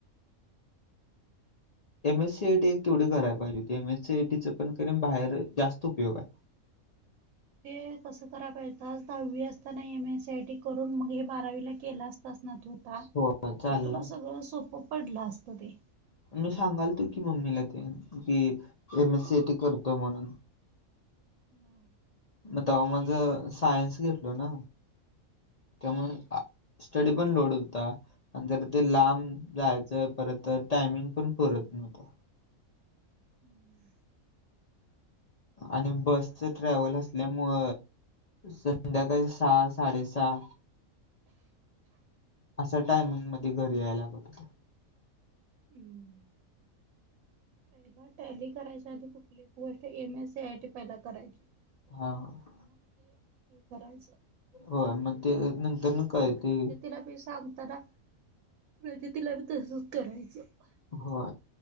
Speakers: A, on the left; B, on the right.
A: M S C I T एक तेवढी करायला पाहिजे एम एस सीटी पण बाहेर जास्त उपयोग आहे.
B: ते कसं करायला पाहिजे होतास दहावी असताना एम एसआय टी करून मग हे बारावी केलं असता <unintelligible> ना होता
A: हो चालला.
B: तर तुला सगळं सोपं पडलं असतं ते
A: मी सांगालतो की मम्मीला ते कि एम एस सी टी करतो म्हणून
B: मग
A: मग तेव्हा माझ सायन्स घेतल ना त्यामुळे स्टडी ण लोड होता आणि ज ते लांब जायच परत तर टायमिंग पण परत नव्हतो.
B: हम्म.
A: आणि बसच ट्रॅव्हल असल्यामुळ संध्याकाळी सहा साडेसहा. असा टायमिंग मध्ये घरी यायला लागत होते.
B: हम्म. पहिला टॅली करायच्या आधी कुठली गोष्ट M S C I T पहि करायची.
A: हा हा.
B: मग ते हे करायचं.
A: होय मग ते नंतर कळते.
B: प्रजतीला बी सांगताना प्रजतीला बी तसच करायचं.
A: हो